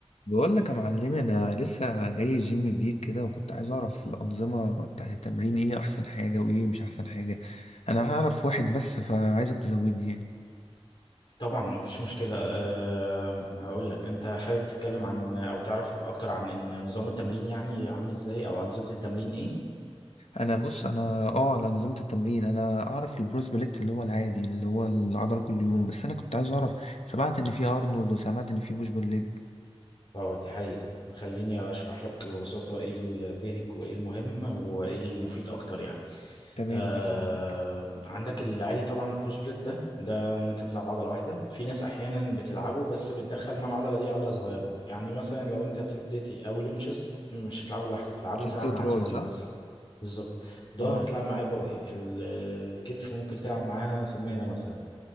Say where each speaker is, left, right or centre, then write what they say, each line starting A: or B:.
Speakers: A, on the left; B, on the left.
A: بقول لك يا معلمي انا لسه جاي جيم جديد كده وكنت عايز اعرف الانظمه بتاعت التمرين ايه احسن حاجه وايه مش احسن حاجه انا اعرف واحد بس فعايزك تزودني يعني
B: طبعا مفيش مشكلة أه هقول لك أنت حابب تتكلم عن أو تعرف أكتر عن إن نظام التمرين يعني عامل إزاي أو أنظمة التمرين إيه؟
A: انا بص انا اه على انظمه التمرين انا اعرف البرو سبليت اللي هو العادي اللي هو العضله كل يوم بس انا كنت عايز اعرف سمعت ان في ارنولد وسمعت ان في بوش بول ليج
B: أه دي حقيقة خليني أشرح لك ببساطة إيه الدارج وإيه المهم وإيه المفيد أكتر يعني
A: تمام
B: أه
A: ماشي تمام.
B: عندك العادي طبعا البرو سبليت ده ده إن أنت تلعب عضلة واحدة في ناس أحيانا بتلعبه بس بتدخل مع العضلة دي عضلة صغيرة يعني مثلا لو أنت تبدأ أول يوم شيست مش هتلعبه لوحدك تلعبه
A: تشيست
B: تلعب
A: وتراي
B: معاه تروي
A: صح
B: مثلا بالظبط ظهر
A: اه
B: تلعب معاه باي ال- الكتف ممكن تلعب معاها سمانة مثلا